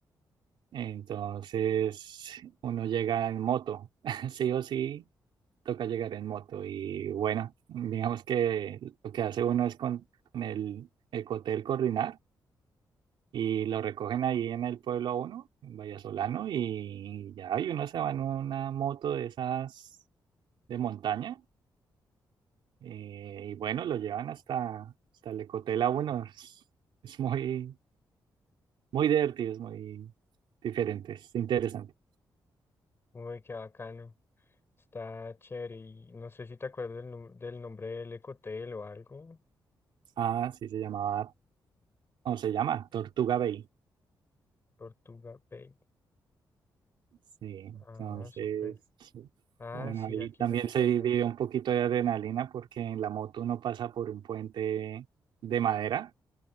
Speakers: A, on the right (about 85°); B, on the left (about 30°).
A: entonces uno llega en moto, <laughs> sí o sí toca llegar en moto y bueno, digamos que lo que hace uno es con, con el ecotel coordinar y lo recogen ahí en el pueblo a uno, en Vallasolano, y ya y uno se va en una moto de esas de montaña eh, y bueno, lo llevan hasta, hasta el ecotel a uno. <laughs> Es, es muy, muy divertido, es muy diferente, es interesante.
B: Uy, qué bacano. Está chévere. Y no sé si te acuerdas del, nom- del nombre del ecotel o algo.
A: Ah, sí, se llamaba, o se llama Tortuga Bay.
B: Tortuga Bay.
A: Sí, entonces,
B: Ah, súper. Ah,
A: bueno,
B: sí,
A: ahí
B: aquí
A: también
B: ya me
A: se
B: salió.
A: vive un poquito de adrenalina porque en la moto uno pasa por un puente de madera